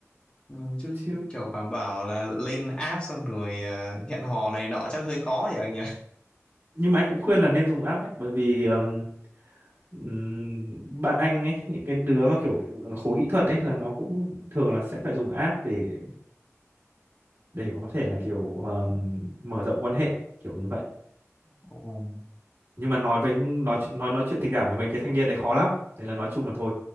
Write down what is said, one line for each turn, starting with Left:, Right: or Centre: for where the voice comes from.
Left: ừ, chứ
Right: chứ
Left: kiểu bảo bảo là lên app xong rồi à, hẹn hò này nọ chắc hơi khó nhỉ anh nhỉ
Right: nhưng mà anh cũng khuyên là nên dùng app ấy bởi vì ừm, ừm, bạn anh ấy những cái đứa mà kiểu, kiểu khối kỹ thuật ấy là nó cũng thường là sẽ phải dùng app để để có thể là kiểu ừm, mở rộng quan hệ kiểu như vậy
Left: Ừ.
Right: nhưng mà nói với nói chuyện- nói nói chuyện tình cảm với mấy cái thanh niên đấy khó lắm nên là nói chung là thôi